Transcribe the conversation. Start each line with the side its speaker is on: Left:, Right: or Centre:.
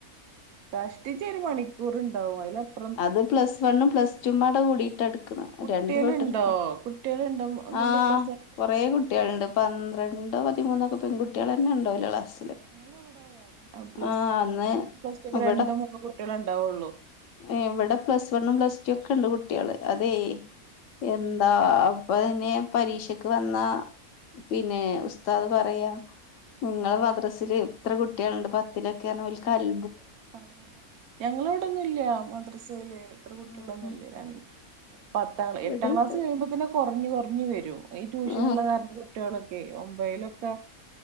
Right: കഷ്ടിച്ചൊ ഒരു മണിക്കൂർ ഇണ്ടാവും അതിലപ്പ
Left: അത് പ്ലസ് വണ്ണും പ്ലസ്ടും പാടെ കൂടിട്ട് എടുക്ക്ണ
Right: കുട്ടികളുണ്ടോ
Left: രണ്ടു പട്ടടുരിക്ക
Right: കുട്ടികളുണ്ടോ ഇതില്
Left: ആ
Right: പ്ലസ് വണ്ണിലൊക്കെ
Left: കൊറേ കുട്ടികളുണ്ട് പന്ത്രണ്ടോ പതിമൂന്നൊക്കെ പെൺകു കുട്ടിയോള് തന്നെണ്ടോല്ലോ ക്ലാസ്സില്
Right: ഞങ്ങളിവിടെ പ്ലസ്
Left: ആഹ് അന്ന്
Right: പ്ലസ് പ്ലസ്റ്റു ഒക്കെ
Left: ഇവിടെ
Right: രണ്ട് മൂന്ന് കുട്ടികളേണ്ടാവുള്ളു
Left: ഇവിടെ പ്ലസ് വണ്ണും പ്ലസ് ടു ഒക്കെണ്ട് കുട്ടിയാള് അതെ എന് ന്താ അപ്പൊ പിന്നെ പരീക്ഷക്ക് വന്ന പിന്നെ ഉസ്താദ് പറയാ നിങ്ങള് മദ്രസ്ൽ ഇത്ര കുട്ടിയേള്ണ്ട് പത്തിലൊക്കെയെന്ന് പറഞ്ഞാല് ഓൽക്കൽ
Right: ആ ഞങ്ങളവിടന്നും ഇല്ല മദ്രസയില് ഇത്ര കുട്ടികളൊന്നും
Left: ഉം
Right: ഇല്ല പത്താം
Left: ഇവിടെണ്ട്
Right: എട്ടാം ക്ലാസ്സ് കഴിയുമ്പോ തന്നെ കൊറഞ്ഞ് കൊറഞ്ഞ് വരും ഈ ട്യൂഷൻ
Left: ആഹ്
Right: ഉള്ള കാരണം കുട്ട്യോളൊക്കെ ഒമ്പേലൊക്കെ